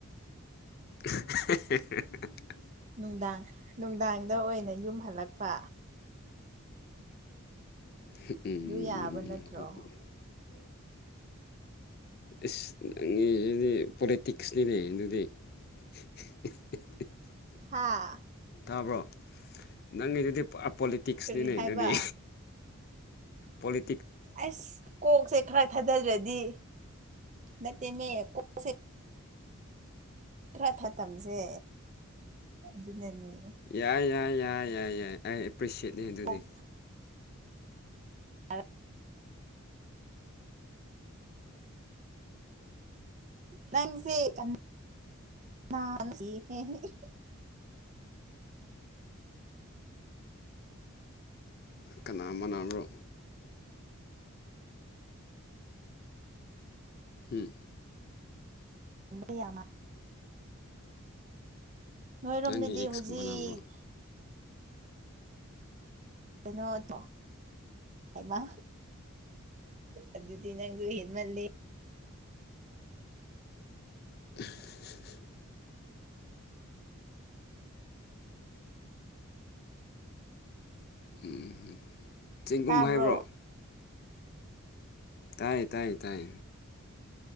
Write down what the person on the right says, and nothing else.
ꯅꯨꯡꯗꯥꯡ ꯅꯨꯡꯗꯥꯡꯗ ꯑꯣꯏꯅ ꯌꯨꯝ ꯍꯜꯂꯛꯄ
ꯑꯗꯨ ꯌꯥꯕ
ꯅꯠꯇ꯭ꯔꯣ
ꯍꯥꯥ
ꯀꯔꯤ ꯍꯥꯏꯕ
ꯑꯁ ꯀꯣꯛꯁꯦ ꯈꯔ ꯊꯥꯗꯗ꯭ꯔꯗꯤ ꯅꯠꯇꯦꯅꯦ ꯀꯣꯛꯁꯦ ꯈꯔ ꯊꯇꯝꯁꯦ ꯑꯗꯨꯅꯅꯤ
ꯀꯣꯛ ꯑ ꯅꯪꯁꯦ ꯀꯅꯥ <unintelligible>
ꯃ ꯌꯥꯃ ꯅꯣꯏꯔꯣꯝꯗꯗꯤ
ꯍꯧꯖꯤꯛ
ꯩ <unintelligible> ꯅꯣꯠꯇꯣ ꯍꯩꯃꯥ ꯑꯗꯨꯗꯤ ꯅꯪꯁꯨ ꯍꯦꯟꯃꯜꯂꯦ
ꯇꯥꯕ꯭ꯔꯣ